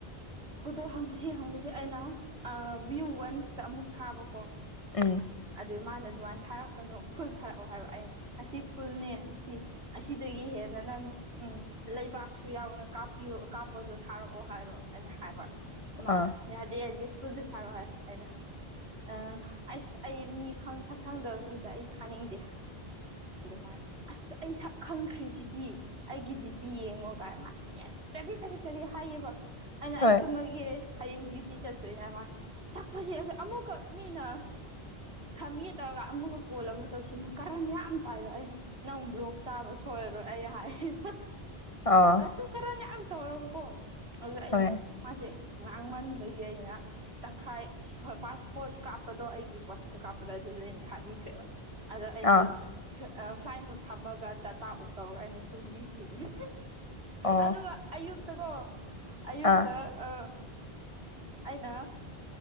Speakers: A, on the right; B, on the left.
A: ꯐꯣꯇꯣ ꯍꯪꯕꯕꯁꯤꯦ ꯍꯪꯕꯁꯦ ꯑꯩꯅ ꯚ꯭ꯌꯨ ꯋꯥꯟꯁꯤꯗ ꯑꯃꯨꯛ ꯊꯥꯕ ꯀꯣ
B: ꯎꯝ
A: ꯑꯗꯨ ꯃꯥꯅ ꯑꯗꯨꯃꯥꯏꯅ ꯊꯥꯔꯛꯄꯅꯣ ꯐꯨꯜ ꯊꯥꯔꯛꯑꯣ ꯍꯥꯏꯕ ꯑꯩꯅ ꯑꯁꯤ ꯐꯨꯜꯅꯦ ꯁꯤ ꯑꯁꯤꯗꯒꯤ ꯍꯦꯟꯅ ꯅꯪ ꯎꯝ ꯂꯩꯕꯥꯛꯁꯨ ꯌꯥꯎꯅ ꯀꯥꯞꯄꯤꯌꯣ ꯀꯥꯞꯄꯗꯣ ꯊꯥꯔꯛꯑꯣ ꯍꯥꯏꯔꯣ ꯑꯩꯅ ꯍꯥꯏꯕ ꯃꯥꯅꯦ
B: ꯑꯥ
A: ꯌꯥꯗꯦ ꯍꯥꯏ ꯨꯜꯗ ꯁꯥꯔꯛ ꯍꯥꯏ ꯑꯩꯅꯁ ꯑꯩ ꯃꯤ ꯈ ꯈꯪꯗꯕ ꯃꯤꯗ ꯑꯩ ꯊꯥꯅꯤꯡꯗꯦ ꯍꯥꯏ ꯑꯗꯨꯃꯥꯏꯅ ꯑꯁ ꯑꯩ ꯁꯛ ꯈꯪꯈ꯭ꯔꯤꯁꯤꯗꯤ ꯑꯩꯒꯤꯗꯤ ꯄꯤ ꯌꯦꯡꯉꯣ ꯀꯥꯏ ꯃꯌꯥꯝ ꯆꯂꯤ ꯆꯠꯗꯤ ꯀꯔꯤ ꯍꯥꯏꯌꯦꯕ ꯑꯩꯅ
B: ꯍꯣꯏ
A: ꯑꯩ ꯇꯨꯝꯕꯒꯤ ꯍꯌꯦꯡ ꯗ꯭ꯌꯨꯇꯤ ꯆꯠꯇꯣꯏꯅꯦ ꯃꯥ ꯇꯛꯄꯁꯦ ꯑ ꯑꯃꯨꯛꯀ ꯃꯤꯅ ꯊꯝꯃꯦ ꯇꯧꯔꯒ ꯑꯃꯨꯛꯀ ꯀꯣꯜ ꯑꯃꯨꯛ ꯇꯧꯁꯤꯃ ꯀꯔꯟ ꯌꯥꯝ ꯇꯥꯏꯕꯣ ꯑꯩꯅ ꯅꯪ ꯕ꯭ꯂꯣꯛ ꯆꯥꯕ ꯁꯣꯏꯔꯔꯣꯏ ꯑꯩꯅ ꯍꯥꯏ
B: ꯑꯥ
A: ꯀꯨ ꯀꯔꯅꯦ ꯌꯥꯝ ꯇꯧꯔꯒꯀꯣ ꯑꯗꯨꯒ ꯑꯩꯅ
B: ꯍꯣꯏ
A: ꯃꯥꯁꯦ ꯉꯥꯡꯃꯟꯕꯗꯒꯤ ꯑꯩꯅ ꯇꯪꯈꯥꯏ ꯄꯥꯁꯄꯣꯔꯠ ꯀꯥꯞꯄꯗꯣ ꯑꯩꯒꯤ ꯄꯥꯁꯄꯣꯔꯠ ꯀꯥꯞꯄꯗꯣ ꯑꯗꯨꯗ ꯑꯩꯅ ꯊꯥꯕꯤꯈ꯭ꯔꯦꯕ ꯑꯗꯣ ꯑꯩꯅ
B: ꯑꯥ
A: ꯐ꯭ꯂꯥꯏ ꯃꯨꯠ ꯊꯝꯃꯒ ꯗꯇꯥ ꯑꯣꯞ ꯇꯧꯔꯒ ꯑꯩꯅ ꯇꯨꯝꯕꯤꯈꯤꯕꯅꯤ
B: ꯑꯣ
A: ꯑꯗꯨꯒ ꯑꯌꯨꯛꯇ ꯀꯣ ꯑꯌꯨꯛꯇ
B: ꯑꯥ
A: ꯑ ꯑꯩꯅ